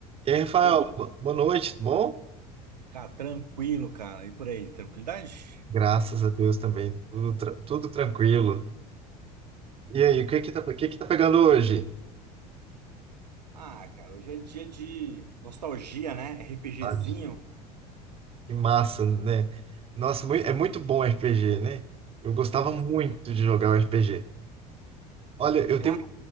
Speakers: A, on the right (about 30°); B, on the right (about 80°).
A: E aí, Rafael,
B: Boa,
A: bo- boa noite, tudo bom?
B: cara, tranquilo, cara. E por aí, tranquilidade?
A: Graças a Deus também, tudo, tra- tudo tranquilo. E aí, o que que tá, o que que tá pegando hoje?
B: Ah, cara, hoje é dia de nostalgia, né? RPGzinho.
A: Ah, Que massa, né? Nossa, mui- é muito bom RPG, né? Eu gostava muito de jogar o RPG. Olha, eu
B: Cara,
A: tenho.